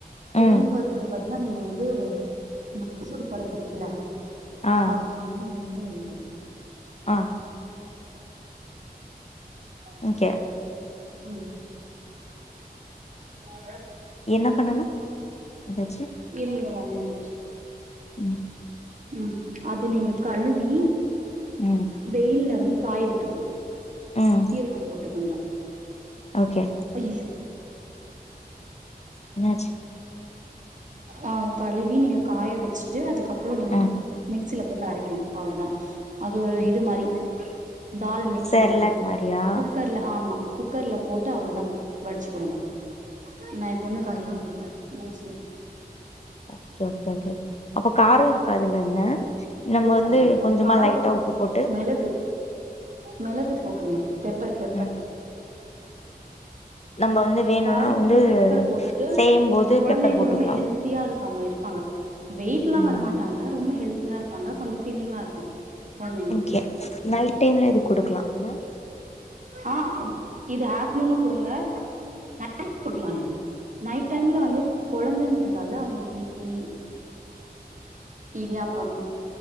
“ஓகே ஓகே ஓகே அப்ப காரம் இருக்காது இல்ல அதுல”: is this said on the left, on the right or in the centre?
Left